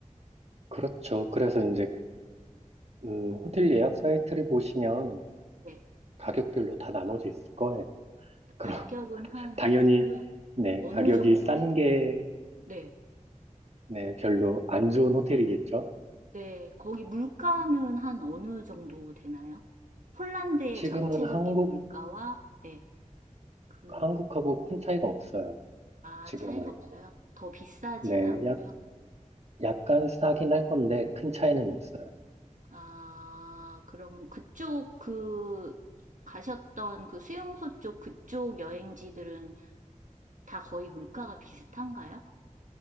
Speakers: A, on the right (about 55°); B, on the right (about 70°).
A: 그렇죠. 그래서 이제, 음, 호텔 예약 사이트를 보시면
B: 네.
A: 가격별로 다 나눠져 있을 거예요. 그럼,
B: 가격은
A: <laughs>
B: 한
A: 당연히,
B: 네,
A: 네.
B: 어느
A: 가격이
B: 정도?
A: 싼 게,
B: 네.
A: 네. 별로 안 좋은 호텔이겠죠.
B: 네, 거기 물가는 한 어느 정도 되나요? 폴란드의
A: 지금은
B: 전체적인
A: 한국,
B: 물가와, 네, 그,
A: 한국하고 큰 차이가 없어요.
B: 아,
A: 지금은.
B: 차이가 없어요? 더 비싸지는
A: 네.
B: 않고요.
A: 약, 약간 싸긴 할 건데, 큰 차이는 없어요.
B: 아, 그럼 그쪽 그, 가셨던 그 수용소 쪽 그쪽 여행지들은 다 거의 물가가 비슷한가요?